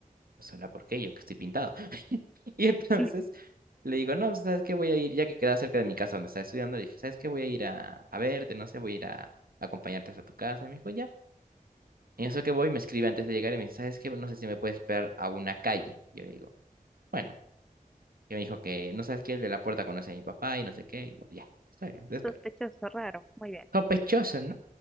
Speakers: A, on the right (about 80°); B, in the centre.
A: sola, ¿por qué? Yo que estoy pintado. <laughs> Y entonces
B: <laughs>
A: le digo, no, ¿sabes qué? Voy a ir, ya que queda cerca de mi casa donde estaba estudiando, le dije, ¿sabes qué? Voy a ir a, a verte, no sé, voy a ir a, acompañarte hasta tu casa. Y me dijo, ya. En eso que voy, me escribe antes de llegar y me dice, ¿sabes qué? No sé si me puedes esperar a una calle. Y yo le digo, bueno. Y me dijo que, no sabes qué, el de la puerta conoce a mi papá y no sé qué. Y bueno, ya, está bien, te espero.
B: Sospechoso, raro. Muy bien.
A: Sospechoso, ¿no?